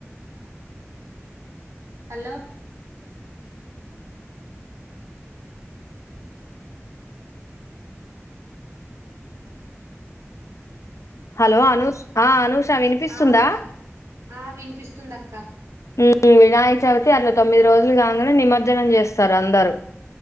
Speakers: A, on the right; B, on the left.
A: హలో
B: హలో అనూష్ ఆ అనూష వినిపిస్తుందా
A: ఆ అక్క ఆ వినిపిస్తుంది అక్క
B: ఉహ్ వినాయక చవితి అట్లా తొమ్మిది రోజులు కంగనే నిమజ్జనం చేస్తారు అందరు